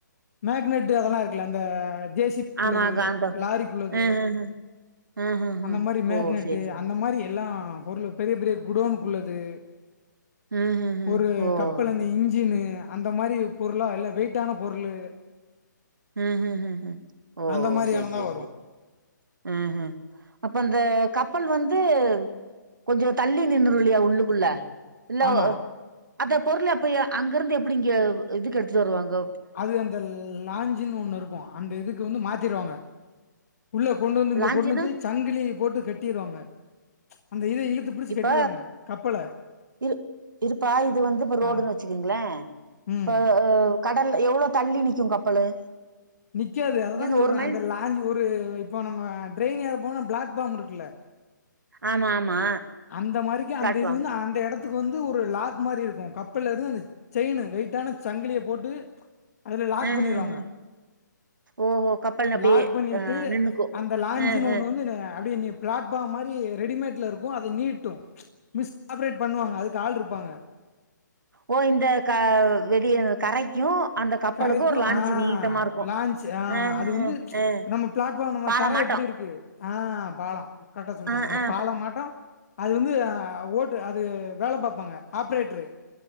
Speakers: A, on the left; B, on the right.
A: மேக்னட்டு அதெல்லா இருக்குல அந்த ஜே சி பிக்
B: ஆமா
A: உள்ளது
B: காந்தம்
A: லாரிக்குள்ளது
B: ஆஹஹ ஆஹஹ
A: அந்த மாரி மேக்னெட்டு
B: ஓ சரி சரி
A: அந்த மாரி எல்லா பொருளு பெரிய பெரிய குடோனுக்குள்ளது
B: ம்ஹ்ஹ்
A: ஒரு
B: ஓ
A: கப்பலந்த
B: சரி
A: இன்ஜினு அந்த மாரிப் பொருளா எல்லா வெயிடிட்டான பொருளு
B: ம் ம் ம் ம் ஓ
A: அந்த மாரியானதா
B: சேர் சேர்
A: வரு
B: சேர் ம் ஹும் அப்ப அந்த கப்பல் வந்து கொஞ்சோ தள்ளி நின்னுறு இல்லையா உள்ளுக்குள்ள இல்ல
A: ஆமா
B: அந்த பொருளு அப்ப அங்கிருந்து எப்புடி இங்க இதுக்கெடுத்துட்டு வருவாங்கோ
A: அது அந்த லான்ஞ்ஞின்னு ஒன்னு இருக்கு அந்த இதுக்கு வந்து மாத்திருவாங்க உள்ள கொண்டு வந்து இங்க
B: லாஞ்சுன்னா
A: கொண்டு வந்து சங்கிலி போட்டு கட்டிருவாங்க அந்த இத இழுத் து புடிச்சி கட்டிருவாங்க
B: இப்ப
A: கப்பல
B: இரு இருப்பா இது வந்து இப்ப ரோடுன்னு
A: ஆ
B: வச்சுக்கங்களே
A: ம்
B: இப்ப கடல் எவ்ளோ தள்ளி நிக்கு கப்பலு
A: நிக்காது அததா
B: இங்கருந்து
A: சொல்றே
B: ஒரு மைல்
A: அந்த லாஞ்சு ஒரு இப்போ நம்ம டிரெயின் ஏற போனா பிளாட் பாம் இருக்குல்ல
B: ஆமா ஆமா
A: அந்த மாரிக்கு
B: பிளாட்ஃபார்ம்
A: அந்த இது வந்து அந்த எடத் துக்கு வந்து ஒரு லாக் மாரி இருக்கு கப்பலருந்து அந்த செயினு வெயிட்டான சங்கிலிய போட்டு அதுல லாக்
B: அ
A: பண்ணிருவாங்க
B: அ அ ஓஹோ கப்பல் அப்டியே
A: லாக் பண்ணிட்டு
B: அ நின்னுக்கு
A: அந்த லாஞ்சுன்னு
B: அ
A: ஒன்னு
B: அ
A: வந்து ன அப்டியே நி பிளாட்ஃபார்ம் மாரி ரெடிமேட்ல இருக்கு அது நீட்டு மிஸ் ஆப்ரேட் பண்ணுவாங்க அதுக்கு ஆள் இருப்பாங்க
B: ஓ இந்த க வெளிய கரைக்கு அந்த கப்பலுக்கு
A: கரைக்கு
B: ஒரு லான்ச்
A: ஆ
B: நீட்டமா இருக்கு
A: லான்ச் ஆ
B: அ
A: அது வந்து
B: அ அ
A: நம்ம பிளாட் இப்ப நம்ம
B: பாலம்
A: தர
B: மாட்டோ
A: எப்டி இருக்கு ஆ பாலம் கரெக்டா சொல்டிங்க
B: அ
A: அந்த
B: அ
A: பாலம் மாட்டம் அது வந்து அ ஓட் டு அது வேல பாப்பாங்க ஆப்ரேட்டரு